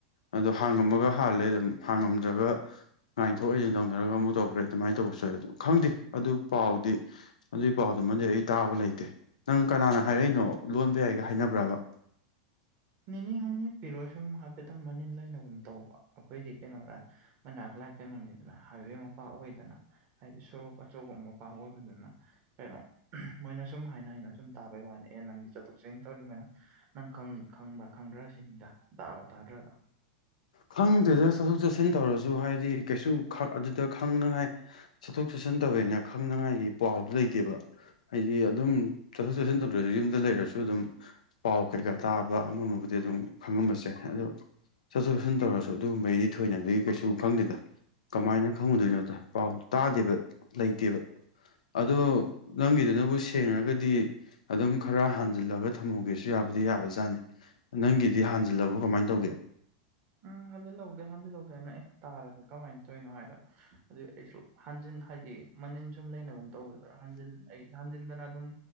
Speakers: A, on the left; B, on the right.
A: ꯑꯗꯣ ꯍꯥꯡꯉꯝꯃꯒ ꯍꯥꯜꯂꯦ ꯑꯗꯨꯝ ꯍꯥꯡꯉꯝꯗ꯭ꯔꯒ ꯉꯥꯏꯊꯣꯛ ꯑꯣꯏꯖꯤꯟ ꯇꯧ ꯅꯔꯒ ꯑꯃꯨꯛ ꯇꯧꯈ꯭ꯔꯦ ꯑꯗꯨꯃꯥꯏꯅ ꯇꯧꯕꯁꯨ ꯌꯥ ꯑꯗꯨ ꯈꯪꯗꯦ ꯑꯗꯨ ꯄꯥꯎꯗꯤ ꯑꯗꯨꯏ ꯄꯥꯎꯗꯨꯃꯗꯤ ꯑꯩ ꯇꯥꯕ ꯂꯩꯇꯦ ꯅꯪ ꯀꯅꯥꯅ ꯍꯥꯏꯔꯛꯏꯅꯣ ꯂꯣꯟꯕ ꯌꯥꯏꯒ ꯍꯥꯏꯅꯕ꯭ꯔꯕ
B: ꯅꯤꯅꯤ ꯍꯨꯝꯅꯤ ꯄꯤꯔꯣꯏ ꯁꯨꯝ ꯍꯥꯏꯐꯦꯠꯇꯪ ꯃꯅꯤꯟ ꯂꯩꯅꯒꯨꯝ ꯇꯧꯕ ꯑꯩꯈꯣꯏꯗꯤ ꯀꯩꯅꯣꯔ ꯃꯅꯛꯂ ꯀꯩꯅꯣꯅꯤꯗꯅ ꯍꯥꯏꯋꯦ ꯃꯄꯥ ꯑꯣꯏꯗꯅ ꯑꯩꯗꯤ ꯁꯣꯔꯣꯛ ꯑꯆꯧꯕ ꯃꯄꯥ ꯑꯣꯏꯕꯅꯤꯅ ꯀꯩꯅꯣ ꯃꯣꯏꯅ ꯁꯨꯝ ꯍꯥꯏꯅ ꯍꯥꯏꯅ ꯁꯨꯝ ꯇꯥꯕꯩ ꯋꯥꯅꯤ ꯑꯦ ꯅꯪ ꯆꯠꯊꯣꯛ ꯆꯠꯁꯤꯟ ꯇꯧꯅꯤ ꯃꯥꯏꯅ ꯅꯪ ꯈꯪꯕ ꯈꯪꯗ꯭ꯔꯁꯤꯅꯤꯗ ꯇꯥꯕ ꯇꯥꯗ꯭ꯔꯕ
A: ꯈꯪꯗꯦꯗ ꯆꯠꯊꯣꯛ ꯆꯠꯁꯤꯟ ꯇꯧꯔꯁꯨ ꯍꯥꯏꯗꯤ ꯀꯩꯁꯨ ꯑꯗꯨꯗ ꯈꯪꯅꯉꯥꯏ ꯆꯠꯊꯣꯛ ꯆꯠꯁꯤꯟ ꯇꯧꯋꯦꯅ ꯈꯪꯅꯉꯥꯏꯒꯤ ꯄꯥꯎꯗꯨ ꯂꯩꯇꯦꯕ ꯍꯥꯏꯗꯤ ꯑꯗꯨꯝ ꯆꯠꯊꯣꯛ ꯆꯠꯁꯤꯟ ꯇꯧꯗ꯭ꯔꯁꯨ ꯌꯨꯝꯗ ꯂꯩꯔꯁꯨ ꯑꯗꯨꯝ ꯄꯥꯎ ꯀꯩꯀꯥ ꯇꯥꯕ ꯑꯃꯃꯕꯨꯗꯤ ꯑꯗꯨꯝ ꯈꯪꯉꯝꯕꯁꯦ ꯑꯗꯨ ꯆꯠꯊꯣꯛ ꯆꯠꯁꯤꯟ ꯇꯧꯔꯁꯨ ꯑꯗꯨꯒꯨꯝꯕꯒꯤꯗꯤ ꯊꯣꯏꯅꯗꯤ ꯀꯩꯁꯨ ꯈꯪꯗꯦꯗ ꯀꯃꯥꯏꯅ ꯈꯪꯉꯨꯗꯣꯏꯅꯣꯗꯣ ꯄꯥꯎ ꯇꯥꯗꯦꯕ ꯂꯩꯇꯦꯕ ꯑꯗꯣ ꯅꯪꯒꯤꯗꯨꯅꯕꯨ ꯁꯦꯡꯉꯒꯗꯤ ꯑꯗꯨꯝ ꯈꯔ ꯍꯥꯟꯖꯤꯜꯂꯒ ꯊꯝꯍꯧꯒꯦꯁꯨ ꯌꯥꯕꯨꯗꯤ ꯌꯥꯕꯖꯥꯠꯅꯤ ꯅꯪꯒꯤꯗꯤ ꯍꯥꯟꯖꯤꯜꯂꯕꯣ ꯀꯃꯥꯏ ꯇꯧꯒꯦ
B: ꯎꯝ ꯍꯟꯖꯤꯜꯍꯧꯗꯦ ꯍꯟꯖꯤꯜꯍꯧꯗꯦꯅ ꯑꯦ ꯇꯥꯔꯗꯤ ꯀꯃꯥꯏꯅ ꯇꯧꯔꯤꯅꯣ ꯍꯥꯏꯗ ꯑꯗꯨ ꯑꯩꯁꯨ ꯍꯟꯖꯤꯟ ꯍꯥꯏꯗꯤ ꯃꯅꯤꯟ ꯁꯨꯝ ꯂꯩꯅꯒꯨꯝ ꯇꯧꯕꯗꯨꯗ ꯍꯟꯖꯤꯟ ꯑꯩ ꯍꯟꯖꯤꯟꯗꯅ ꯑꯗꯨꯝ